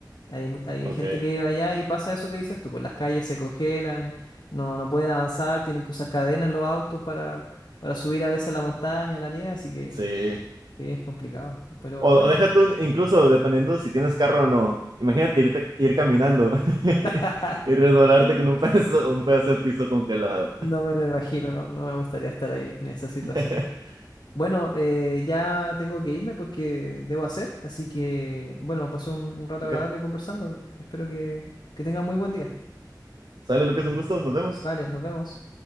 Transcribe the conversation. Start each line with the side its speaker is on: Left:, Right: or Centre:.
Left: Hay, mu- hay
Right: Ok.
Left: gente que vive allá y pasa eso que dices tú, pues las calles se congelan, no, no pueden avanzar, tienen que usar cadenas los autos para, para subir a veces a la montaña, a la nieve, así que
Right: Sí.
Left: sí, es complicado. Pero
Right: O,
Left: bueno.
Right: o deja tú, incluso dependiendo si tienes carro o no, imagínate irte, ir caminando <laughs>
Left: <laughs>
Right: y resbalarte con un pedazo, un pedazo de piso congelado.
Left: No me lo imagino, no, no me gustaría estar ahí en esa situación.
Right: <laughs>
Left: Bueno, eh, ya tengo que irme porque debo hacer, así que bueno, pasé un, un rato
Right: Ok,
Left: agradable conversando. Espero que, que tengan muy buen día.
Right: sale Lucas, un gusto, nos vemos.
Left: Vale, nos vemos.